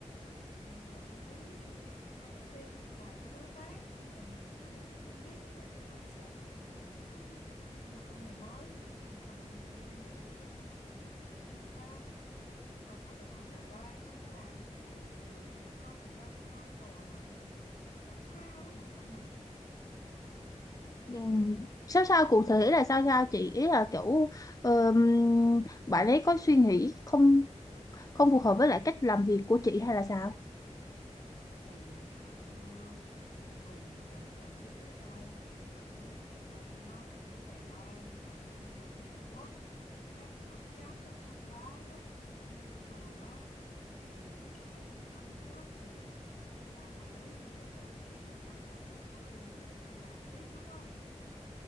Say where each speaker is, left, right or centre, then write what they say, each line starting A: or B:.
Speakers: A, on the left; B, on the left.
A: ừ, quản lý chuyên viên marketing làm với đối tác nên là nhiều thứ nó cũng không biết với lại cái mindset nó cũng hơi kỳ kỳ nhưng mà con này mới thì vẫn cần thời gian để ờ, training thêm nhưng mà có cái thằng Đài Loan á, nó làm với chị từ một hơn một năm nay rồi mà nó cũng cứ sao sao á, bực cả mình
B: Ừm, sao sao cụ thể là sao sao chị ý là kiểu ờm, bạn ấy có suy nghĩ không không phù hợp với lại cách làm việc của chị hay là sao
A: thì ví dụ như cùng là quản lý với nhau chị quản lý Việt Nam nó quản lý Đài Loan rồi con kia quản lý Trung Quốc các group chat các thông báo các thông tin của trường á thì là đều share lên chung hết thì làm quản lý thì phải tự biết mà nắm thông tin của trường để mà làm tiếp đúng không